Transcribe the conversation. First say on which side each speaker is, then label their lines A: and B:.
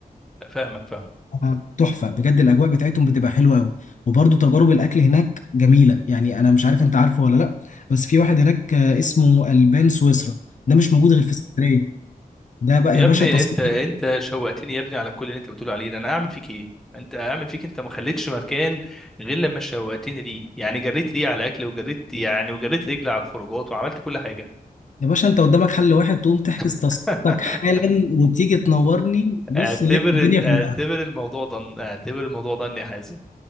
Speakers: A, in the centre; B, on the left.
A: فاهمك فاهم
B: آه، تحفه بجد الاجواء بتاعتهم بتبقى حلوه قوي وبرده تجارب الاكل هناك جميله يعني انا مش عارف انت عارفه ولا لا بس في واحد هناك آه، اسمه البان سويسرا ده مش موجود غير في اسكندريه ده بقى
A: يا
B: يا باشا
A: ابني
B: تذكرتك
A: انت انت شوقتني يا ابني على كل اللي انت بتقول عليه ده انا اعمل فيك ايه انت اعمل فيك انت ما خليتش مكان غير لما شوقتني ليه يعني جريت ليه على الاكل وجريت يعني وجريت رجلي على الخروجات وعملت كل حاجه
B: يا باشا انت قدامك حل واحد تقوم تحجز تذكرتك
A: <laughs>
B: حالا وتيجي تنورني بص
A: اعتبر
B: نلف الدنيا
A: اعتبر
B: كلها
A: الموضوع ده اعتبر الموضوع ده يا حازم